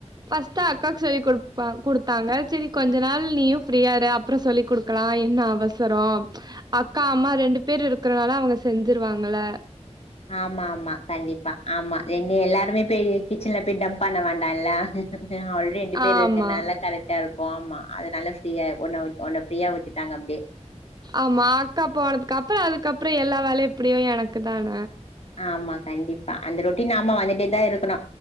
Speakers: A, on the right; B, on the left.
A: ஃபஸ்ட்டு அக்காக்கு சொல்லி குடுப்பாங் குடுத்தாங்க செரி கொஞ்ச நாள் நீயு ஃப்ரீயாயிரு அ ப்றோ சொல்லி குடுக்கலா என்ன அவசரோ அக்கா அம்மா ரெண்டு பேரு இருக்கறனால அவங்க செஞ்சிருவாங்கல
B: ஆமா ஆமா கண்டிப்பா ஆமா என்ன எல்லாருமே போயி கிச்சன்ல போய் டம்ப் பண்ண வேண்டால ஆல்ரெ ரெண்டு பேரு
A: ஆமா
B: இருக்கனால கரெட் டா இருக்கு ஆமா அதனால ஃப்ரீயா உன்ன உன் உன்ன ஃப்ரீயா விட்டுட்டாங்க அப்டே
A: ஆமா அக்கா போனதுக்கு அப்புறோ அதுக்கப்புற எல்லா வேலையு எப்படியு எனக்கு தான
B: ஆமா கண்டிப்பா அந்த ரொட்டின் ஆமா வந்துட்டே தா இருக்கணு